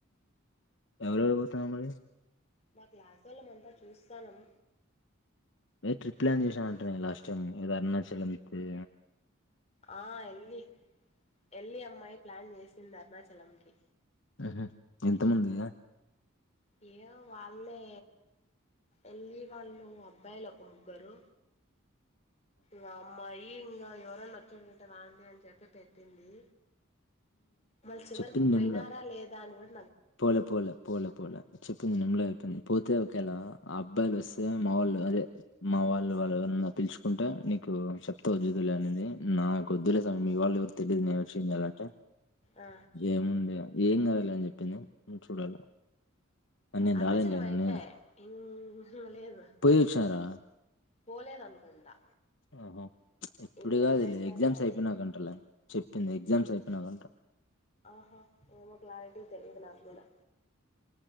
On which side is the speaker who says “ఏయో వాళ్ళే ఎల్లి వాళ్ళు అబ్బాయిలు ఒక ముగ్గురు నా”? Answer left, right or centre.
Left